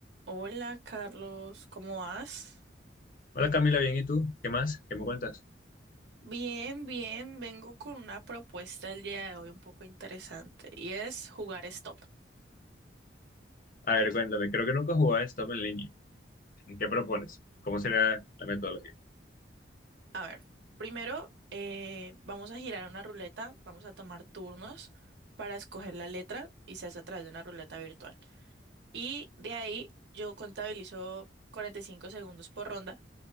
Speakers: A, on the right; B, on the left.
A: Hola Carlos, ¿cómo vas?
B: Hola Camila, bien, ¿y tú? ¿Qué más? ¿Qué me cuentas?
A: Bien, bien, vengo con una propuesta el día de hoy un poco interesante y es jugar stop.
B: A ver, cuéntame, creo que nunca jugaba Stop en línea. ¿Qué propones? ¿Cómo sería la metodología?
A: A ver, primero eh, vamos a girar una ruleta, vamos a tomar turnos para escoger la letra y se hace a través de una ruleta virtual. Y de ahí yo contabilizo 45 segundos por ronda